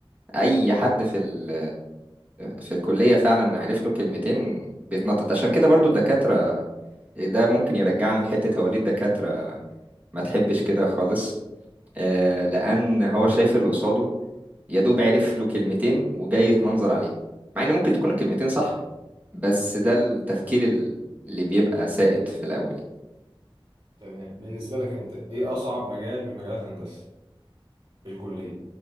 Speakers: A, on the right; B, on the right.
A: أي حد في ال في الكلية فعلا عرف له كلمتين بيتنطط عشان كده برضو الدكاترة ده ممكن يرجعنا لحتة هو ليه الدكاترة ما تحبش كده خالص آه، لأن هو شايف اللي قصاده يا دوب عرف له كلمتين وجاي يتمنظر عليه مع ان ممكن تكون الكلمتين صح بس ده التفكير ال- اللي بيبقى سائد في الاول
B: تمام بالنسبة لك انت ايه اصعب مجال من مجالات هندسة في الكلية